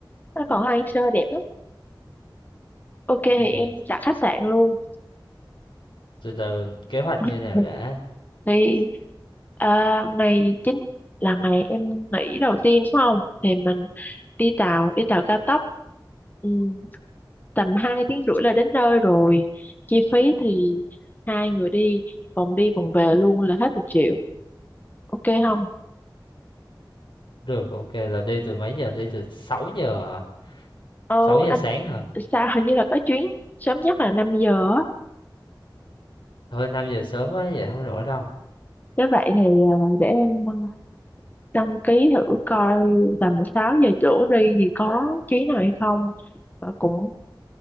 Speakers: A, on the left (about 20°); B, on the left (about 85°).
A: nó còn hoang sơ đẹp lắm. Ok thì
B: Ờ,
A: em đặt khách sạn luôn.
B: từ từ kế hoạch
A: <laughs>
B: như nào đã?
A: thì à, ngày chính là ngày em nghỉ đầu tiên đúng không thì mình đi tàu đi tàu cao tốc ừ, tầm 2 tiếng rưỡi là đến nơi rồi chi phí thì hai người đi vòng đi vòng về luôn là hết một triệu ok không
B: Được, ok là đi từ mấy giờ? Đi từ 6 giờ hả?
A: ờ
B: sáu giờ
A: anh
B: sáng hả?
A: sao hình như là có chuyến sớm nhất là 5 giờ á <laughs>
B: Thôi 5 giờ sớm quá vậy không nổi đâu.
A: nếu vậy thì à, để em à, đăng ký thử coi tầm 6 giờ chỗ đi thì có chuyến nào hay không Và cũng